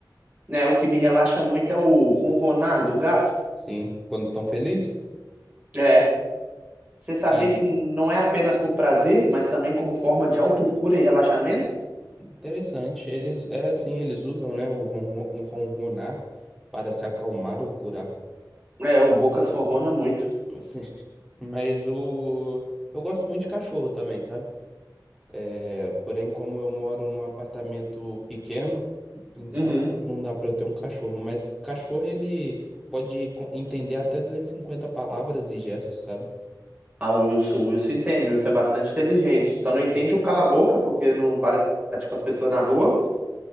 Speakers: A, on the right; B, in the centre.
A: né? O que me relaxa muito é o ronronar do gato.
B: Sim, quando estão felizes.
A: É, você saber
B: E
A: que não é apenas por prazer, mas também como forma de autocura e relaxamento.
B: interessante, eles é assim, eles usam, né, o ronron- um ronronar para se acalmar ou curar.
A: É, o Bocas ronrona muito.
B: Assim, <laughs> mas o eu gosto muito de cachorro também, sabe? É, porém, como eu moro num apartamento pequeno, então
A: Uhum.
B: não dá para eu ter um cachorro, mas cachorro ele pode co- entender até 250 palavras e gestos, sabe?
A: Ah, o Wilson, o Wilson entende, o Wilson é bastante inteligente. Só não entende
B: Sim.
A: o cala a boca, porque não para, tipo, as pessoas na rua.